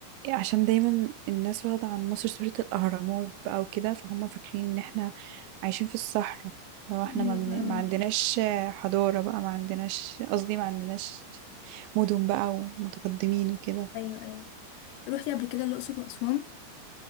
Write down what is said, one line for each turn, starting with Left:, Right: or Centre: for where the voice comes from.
Right: عشان دايما الناس واخده عن مصر صوره الاهرامات بقى وكده فهم فاكرين ان احنا عايشين في الصحراء لو احنا
Left: ايوه
Right: ما, بن...
Left: فاهمك
Right: ما عندناش حضاره بقى ما عندناش قصدي ما عندناش مدن بقى ومتقدمين وكده
Left: ايوه ايوه روحتي قبل كده الأقصر وأسوان